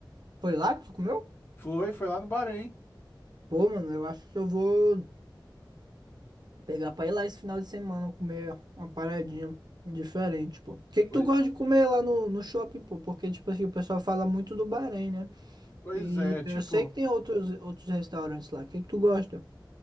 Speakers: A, on the right; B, on the left.
A: Foi lá que tu comeu?
B: Foi, foi lá no Bahrein,
A: Pô, mano, eu acho que eu vou. Pegar pra ir lá esse final de semana comer uma paradinha diferente, pô. O que que
B: pois,
A: tu gosta de comer lá no, no shopping, pô? Porque, tipo assim, o pessoal fala muito do Bahrein, né?
B: pois
A: E
B: é, tipo,
A: eu sei que tem outros, outros restaurantes lá. O que que tu gosta?